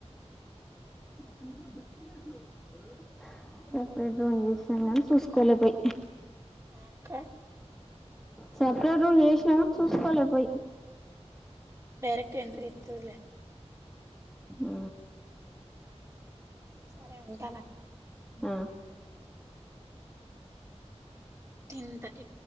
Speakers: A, in the centre; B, on the right.
A: తూ దని సపరేట్ రూమ్ చేసినాం కానీ చూసుకోలే పోయి
B: అక్క
A: సపరేట్ రూమ్ చేసినాము కాని చూసుకోలే పోయి
B: డైరెక్ట్ ఎంట్రీ ఇత్తది లే
A: ఉ
B: సరే ఉంటాను అక్క
A: ఆ
B: టెన్ థర్టీ